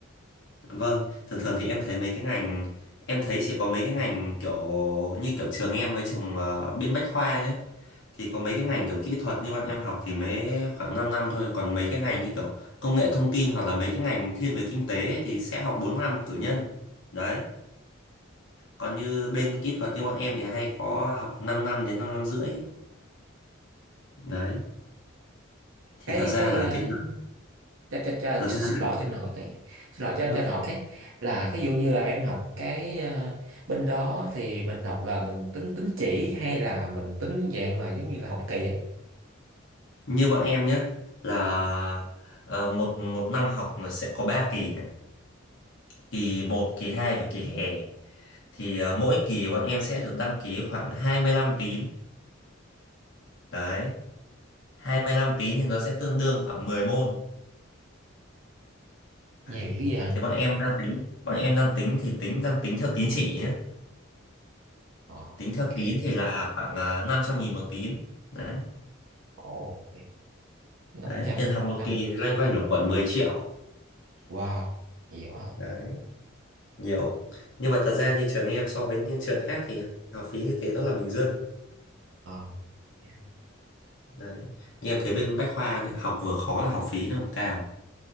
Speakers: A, on the left; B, on the right.
A: vâng thường thường thì em thấy mấy cái ngành em thấy chỉ có mấy cái ngành kiểu như kiểu trường em với trường ờ, bên Bách Khoa nhé Thì có mấy cái ngành kiểu kỹ thuật như bọn em học thì mới khoảng 5 năm thôi, còn mấy cái ngành như kiểu công nghệ thông tin hoặc là mấy cái ngành thiên về kinh tế ấy thì sẽ học 4 năm cử nhân. Đấy. Còn như bên kỹ thuật như bọn em thì hay có học 5 năm đến 5 năm rưỡi. Đấy. Thì
B: Cái
A: thật ra
B: cái
A: là
B: ờ,
A: cái việc
B: cho, cho, cho,
A: thật
B: xin
A: ra là
B: lỗi cho anh hỏi cái xin lỗi cho
A: vâng,
B: anh cho anh hỏi cái là ví dụ như là em học cái ờ, bên đó thì mình học là mình tính tín chỉ hay là mình tính dạng mà giống như là học kỳ á
A: như bọn em nhé là ờ, một một năm học là sẽ có 3 kỳ này, kỳ một kỳ 2 và kỳ hè thì ờ, mỗi kỳ bọn em sẽ được đăng ký khoảng 25 tín đấy 25 tín thì nó sẽ tương đương khoảng 10 môn.
B: nhiều
A: Đấy.
B: dữ vậy hả
A: Thì bọn em đang tính, bọn em đang tính thì tính đang tính theo tín chỉ nhé.
B: ok
A: Tính theo tín thì là khoảng à, năm trăm nghìn một tín. Đấy.
B: ok năm
A: Đấy,
B: trăm
A: tiền học một
B: năm
A: kỳ loanh quanh lục quận 10 triệu.
B: wow nhiều hả
A: Đấy, nhiều. Nhưng mà thật ra như trường em so với những trường khác thì học phí như thế nó là bình dân.
B: Ờ, yeah.
A: Đấy. Như em thấy bên Bách Khoa nhé, học vừa khó là học phí nó còn cao.